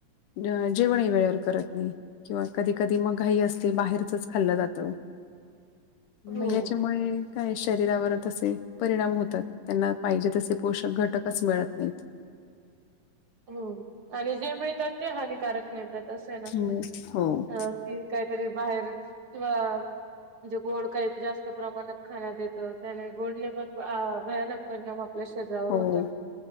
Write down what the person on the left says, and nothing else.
अ जेवणही वेळेवर करत नाही किंवा कधी कधी मग घाई असते बाहेरचच खाल्लं जात मग
याच्यामुळे काय शरीरावर तसे परिणाम होतात त्यांना पाहिजे तसे पोषक घटकच मिळत नाहीत <inaudible>
हं. हो.
हो